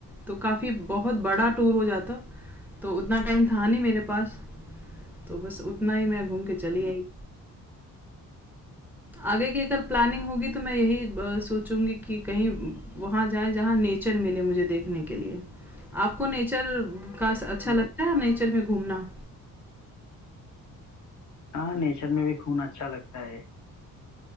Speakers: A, in the centre; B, on the left.
A: तो काफ़ी बहुत बड़ा टूर हो जाता तो उतना टाइम था नहीं मेरे पास तो बस उतना ही मैं घूम के चली
B: हम्म,
A: आई आगे की अगर प्लानिंग होगी तो मैं यही अ, सोचूंगी कि कहीं वहाँ जाएं जहाँ नेचर मिले मुझे देखने के लिए आपको नेचर का अच्छा
B: हम्म।
A: लगता है नेचर में घूमना
B: हाँ नेचर में भी घूमना अच्छा लगता है